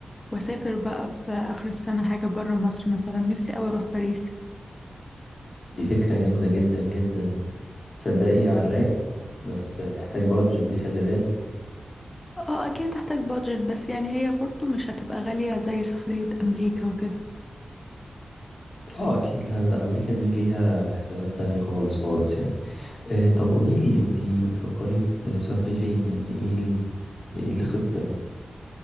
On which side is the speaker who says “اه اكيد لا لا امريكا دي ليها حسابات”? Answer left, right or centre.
Left